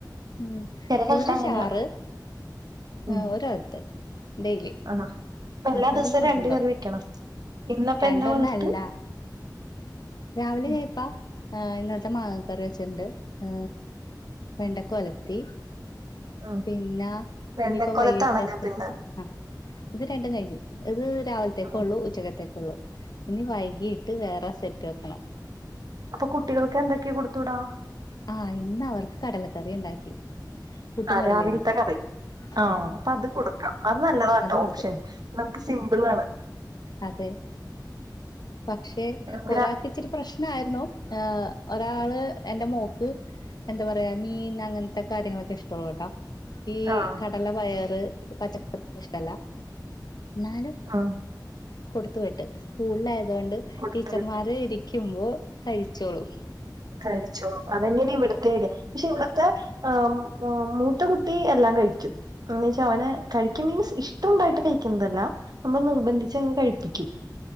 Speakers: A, on the left; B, on the right.
A: ഉ
B: ചെല സ്ഥലത്ത്
A: ഒരു
B: അങ്ങനെയാ
A: ചാറ്
B: ഉം
A: ആ ഒരകത്ത് ഡെയ്ലി
B: ആഹ് അപ്പൊ എല്ലാ
A: ആഹ
B: ദിവസവും
A: അത് നിർബദ്ധം
B: രണ്ട് കറി വെക്കണം ഇന്നപ്പ
A: രണ്ടൊന്ന
B: എന്താ കൊലത്ത്
A: അല്ല രാവിലെ
B: ഉം
A: ഞാന ഇപ്പ ഇന്നലത്തെ മാങ്ങ കറി വെച്ചിട്ടുണ്ട് അ വെണ്ടക്ക ഒലത്തി
B: ഉം.
A: പിന്നാ
B: വെണ്ടക്കൊലത്താണല്ലോ
A: ഇനിയിപ്പോ വൈകിട്ടത്ത്
B: അപ്പ ഇന്ന്
A: ആ ഇത് രണ്ടും കഴിഞ്ഞു ഇത് രാവിലത്തേക്കള്ളൂ
B: ഉം
A: ഉച്ചകത്തേക്ക ഉള്ളു ഇനി വൈകിയിട്ട് വേറെ സെറ്റ് ആക്കണം
B: അപ്പൊ കുട്ടികൾക്ക് എന്തൊക്കെയാ കൊടുത്തൂടാ
A: ആഹ ഇന്ന് അവർക്ക് കടലക്കറി ഉണ്ടാക്കി പുട്ടും
B: ആ
A: കടലേന്നു
B: രാവിലത്തെ കറി ആഹ
A: ഉം
B: അപ്പൊ അത് കൊടുക്കാം അത് നല്ലതാട്ടോ
A: അത് കൊടുത്ത്
B: ഓപ്ഷൻ നമുക്ക് സിമ്പിൾ ആണ്
A: അതെ പക്ഷെ
B: നമുക്ക്
A: ഒരാൾക്ക്
B: രാ
A: ഇച്ചിരി പ്രശ്നമായിരുന്നു ഒരാള് എന്റെ മോക്ക് എന്താ പറയാ മീൻ അങ്ങനത്തെ കാര്യങ്ങളൊക്കെ ഇഷ്ടുള്ള കേട്ടാ ഈ
B: ആഹ്
A: കടല പയറ് പച്ചക്കറ ഇഷ്ടല്ല എന്നാലും
B: ആഹ
A: കൊടുത്തുവിട്ട് സ്കൂളില ആയതൊണ്ട്
B: കൊടുത്ത്
A: ടീച്ചർമാര്
B: വിട്ട്
A: ഇരിക്കുമ്പോ കഴിച്ചോളൂ
B: കഴിച്ചോളൂ അതന്നേ ഇവിടുത്തേല് പക്ഷെ ഇവിടുത്തെ ആ മൂത്ത കുട്ടി എല്ലാം കഴിക്കും എന്നെച്ച അവനെ കഴിക്കും മീൻസ് ഇഷ്ടംണ്ടായിട്ട് കഴിക്കുന്നതല്ല നമ്മൾ നിർബന്ധിച്ചങ്ങ് കഴിപ്പിക്കും